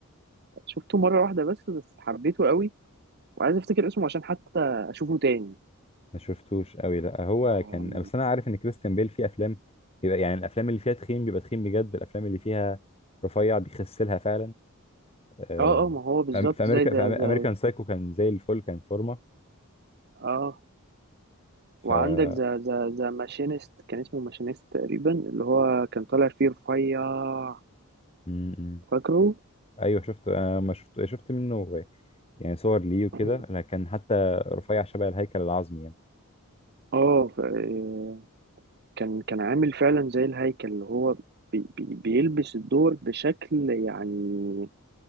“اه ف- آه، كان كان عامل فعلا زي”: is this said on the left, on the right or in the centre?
Right